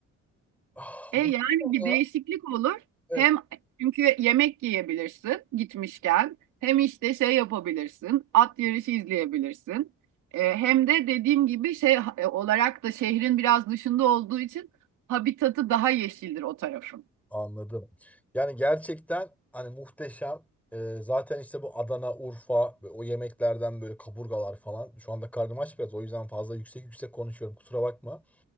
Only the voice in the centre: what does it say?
Ah,
muhteşem
ya.
Evet.
Anladım. Yani gerçekten hani muhteşem. Ee, zaten işte bu Adana, Urfa ve o yemeklerden böyle kaburgalar falan. Şu anda karnım aç biraz. O yüzden fazla yüksek yüksek konuşuyorum. Kusura bakma.